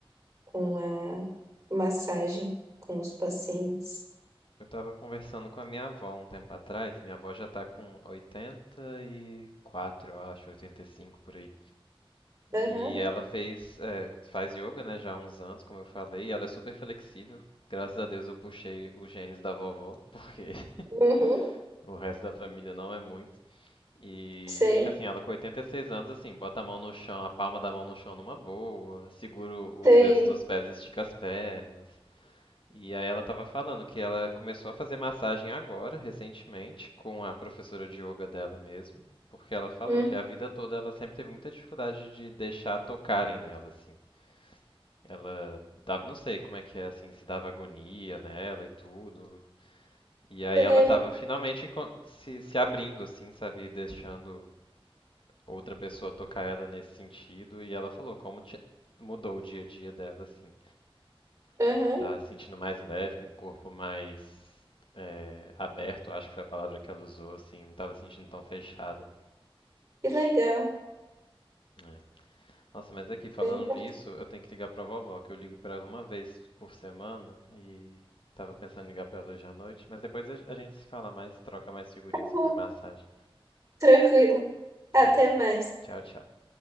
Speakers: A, on the right; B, on the left.
A: com a massagem com os pacientes.
B: Eu tava conversando com a minha avó um tempo atrás. Minha avó já tá com 84, eu acho, 85 por aí.
A: Aham,
B: E ela fez, é, faz yoga, né, já há uns anos, como eu falei, e ela é super flexível. Graças a Deus eu puxei os genes da vovó, porque <laughs>
A: uhum,
B: o resto da família não é muito. E
A: sei,
B: porque assim, ela com 86 anos, assim, bota a mão no chão, a palma da mão no chão numa boa, segura os
A: sei,
B: dedos dos pés e estica as pernas. E aí ela estava falando que ela começou a fazer massagem agora, recentemente, com a professora de yoga dela mesmo, porque ela falou
A: uhum,
B: que a vida toda ela sempre teve muita dificuldade de deixar tocarem nela, assim. Ela dava, não sei como é que é, assim, se dava agonia nela e tudo. E aí
A: sei,
B: ela estava finalmente con- se, se abrindo, assim, sabe, deixando outra pessoa tocar ela nesse sentido. E ela falou como ti- mudou o dia a dia dela, assim.
A: aham,
B: De estar se sentindo mais leve, com o corpo mais é, aberto, acho que foi a palavra que ela usou, assim, não estava se sentindo tão fechada.
A: que legal.
B: É. Nossa, mas aqui, falando
A: Bem,
B: nisso,
A: tá
B: eu tenho que ligar pra vovó, que eu ligo pra ela uma vez por semana e tava pensando em ligar pra ela hoje à noite, mas depois a a gente se fala mais, troca mais figurinhas sobre
A: bom,
B: massagem.
A: tranquilo.
B: Tá
A: Até
B: bom.
A: mais.
B: Tchau, tchau.